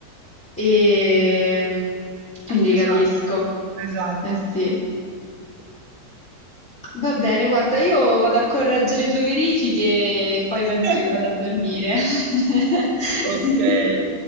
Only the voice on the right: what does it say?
Esatto, esatto.
<laughs>
Okay.